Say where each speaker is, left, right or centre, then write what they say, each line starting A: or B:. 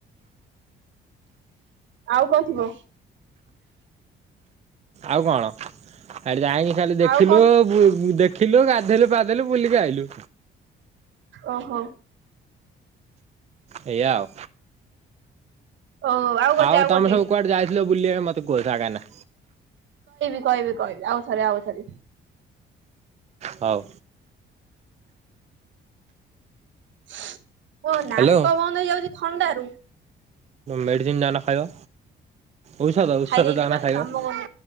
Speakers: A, on the right; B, on the right.
A: ଆଉ କଣ ଥିବ?
B: ଆଉ କଣ? କାଇଁକି ଖାଲି ଦେଖିଲୁ
A: ଆଉ କଣ
B: ବୁ ଦେଖିଲୁ ଗାଧେଇଲୁ ପାଧେଇଲୁ ବୁଲିକି ଆଇଲୁ।
A: ଓହୋ।
B: ସେଇଆ ଆଉ।
A: ଓ ଗୋଟେ
B: ଆଉ ତମେ
A: ଗୋଟେ
B: ସବୁ କୁଆଡେ ଯାଇଥିଲ ବୁଲିବା ମତେ କୁହ ଜାଗା ନା?
A: କହିବି କହିବି ଆଉଥରେ ଆଉଥରେ।
B: ହଉ।
A: ହ <inaudible> ଓ ନାକ
B: ହ୍ୟାଲୋ।
A: ବନ୍ଦ ହେଇଯାଉଚି ଥଣ୍ଡା ରୁ।
B: ମେଡିସିିନ ଯାଉନ ଖାଇବ। ଔଷଧ ଔଷଧ
A: ଖାଇଦେଇଯିବା
B: ଯାଉନ ଖାଇବ।
A: କାମ କରୁନି